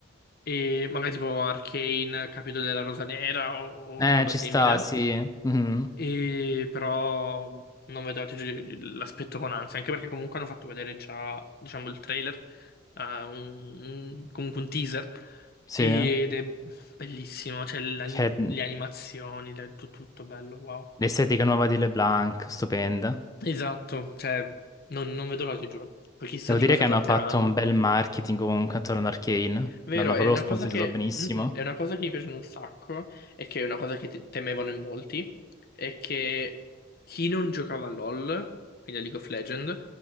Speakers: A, on the left; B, on the left.
A: E magari tipo Arcane, capito della Rosa Nera o, o una
B: Eh,
A: roba
B: ci
A: simile.
B: sta, sì. Mhm,
A: E però non vedo ti giuro, l'aspetto con ansia, anche perché comunque hanno fatto vedere già, diciamo, il trailer, eh, un- un- comunque un teaser.
B: Sì.
A: Ed è bellissimo, cioè l'ani-
B: C'è
A: le animazioni, le- tu- tutto bello, wow.
B: l'estetica nuova di LeBlanc, stupenda.
A: Esatto, cioè, non, non vedo l'ora, ti giuro. Poi chissà
B: Devo
A: di
B: dire
A: cosa
B: che
A: tratteranno.
B: hanno fatto un bel marketing comunque attorno ad Arcane.
A: Vero,
B: L'hanno
A: è
B: proprio
A: una
B: sponsorizzato
A: cosa che,
B: benissimo.
A: mhm, è una cosa che mi piace un sacco e che è una cosa che te- temevano in molti, è che chi non giocava a LoL, quindi a League of Legends,